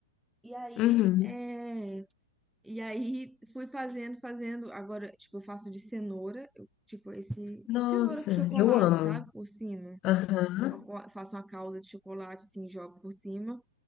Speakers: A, in the centre; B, on the left.
A: E aí,
B: Uhum.
A: é, E aí fui fazendo, fazendo. Agora, tipo, eu faço de cenoura, eu- tipo, esse
B: Nossa,
A: cenoura com chocolate,
B: eu amo.
A: sabe? Por cima.
B: Aham,
A: Eu faço uma calda de chocolate, assim, jogo por cima.